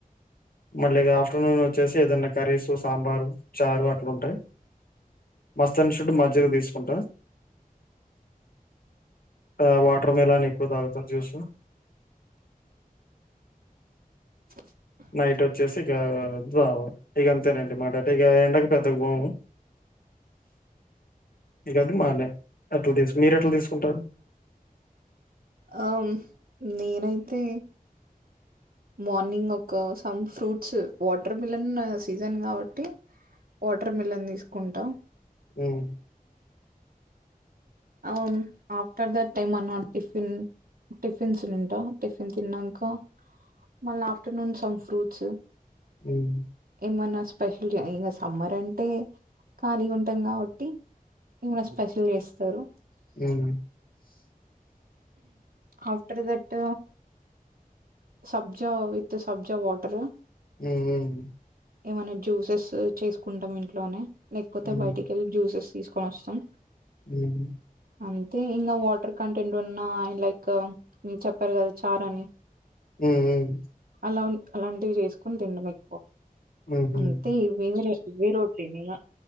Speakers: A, on the left; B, on the right.
A: మళ్ళీ ఆఫ్టర్నూన్ వచ్చేసి ఏదన్న కర్రీసు సాంబారు చారు అట్ల ఉంటయి మోస్ట్ అండ్ షుడ్ మజ్జిగ తీసుకుంటా ఆ వాట్ టర్ మిలన్ ఎక్కువ తాగుతా జ్యూస్ ఉమ్
B: స
A: నైట్ వచ్చేసి ఇక జావా ఇక అంతేనండి మాకైతే ఇక ఎండకి పెద్దగ పోము ఇకది మాన్నే అట్ల తీసు మీరు ఎట్ల తీసుకుంటారు
B: ఆ నేనైతే మార్నింగ్ ఒక some fruits water melon season కాబట్టి వాటర్ మిలన్ తీసుకుంటా
A: ఉమ్
B: ఆమ్ ఆఫ్టర్ దట్ ఏమన్నా టిఫిన్ టిఫిన్స్ తింటా టిఫిన్ తిన్నంకా మళ్ళ ఆఫ్టర్నూన్ సమ్ ఫ్రూట్స్
A: ఉమ్
B: ఏమన్నా స్పెషల్ ఇంగా సమ్మర్ అంటే ఖాళీగ ఉంటాం కాబట్టి ఏమన్న స్పెషల్ చేస్తరు
A: అవునా
B: ఆఫ్టర్ దట్ సబ్జా విత్ సబ్జా వాటర్
A: ఉమ్ ఉమ్
B: ఏమైన్న జ్యూసెస్ చేసుకుంటాం ఇంట్లోనే లేకపోతే
A: హ్మ్
B: బయటికెళ్ళి జ్యూసెస్ తీసుకొని వస్తం
A: ఉహు
B: అంతే ఇంకా వాటర్ కంటెంట్ ఉన్నా అండ్ లైక్ మీరు చెప్పారు కదా చార్ అని
A: ఉమ్ ఉమ్
B: అలా అలాంటివి చేసుకొని తినడం ఎక్కువ
A: హ్మ్ హ్మ్
B: అంతే ఇవే ఇవే రొటీన్ ఇగ